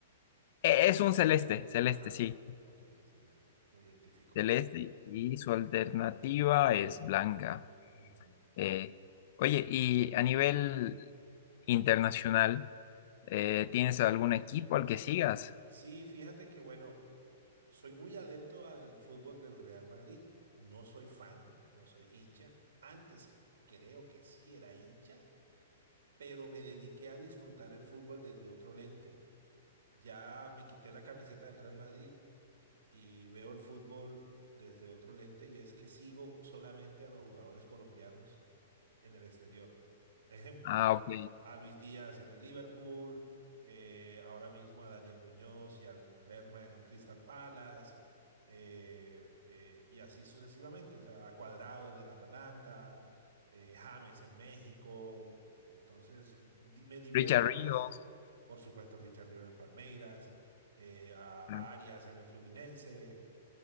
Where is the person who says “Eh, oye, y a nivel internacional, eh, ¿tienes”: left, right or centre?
Left